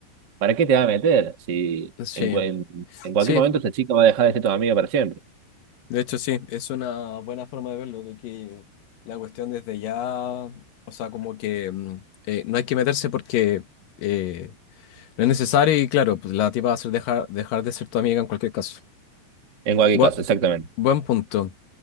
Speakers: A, on the right (about 75°); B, on the left (about 65°).
A: ¿para qué te vas a meter si
B: sí,
A: en, cu- en, en cualquier
B: sí,
A: momento esa chica va a dejar de ser tu amiga para siempre?
B: De hecho, sí, es una buena forma de verlo, de que la cuestión desde ya, o sea, como que mm, eh, no hay que meterse porque eh, no es necesario y claro, pues la tipa va a ser dejar, dejar de ser tu amiga en cualquier caso.
A: En cualquier
B: Bua-
A: caso, exactamente.
B: buen punto.